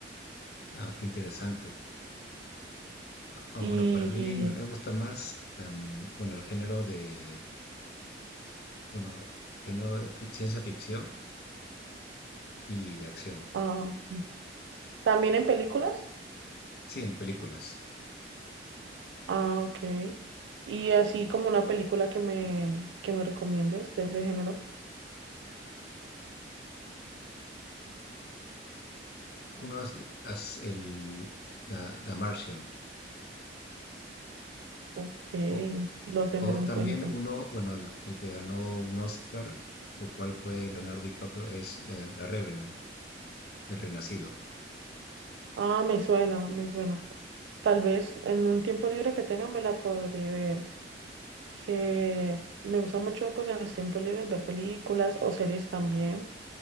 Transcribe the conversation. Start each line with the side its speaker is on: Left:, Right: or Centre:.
Left: Ah, qué interesante. Ah,
Right: Y
Left: bueno, para mí me gusta más, em, bueno, el género de, bueno, género de fi- ciencia ficción y de acción.
Right: ah, ok. también en películas.
Left: Sí, en películas.
Right: Ah, ok. Y así como una película que me, que me recomiendes de ese género.
Left: Uno hace, hace el, The, The Martian.
Right: Ok,
Left: o
Right: lo tendré
Left: O también
Right: en cuenta.
Left: uno, bueno, el, el que ganó un Oscar, lo cual fue Leonardo DiCaprio, es eh, La Revenant, El Renacido.
Right: Ah, me suena, me suena. Tal vez en un tiempo libre que tenga me la podré ver. Que me gusta mucho pues en los tiempos libres ver películas o series también,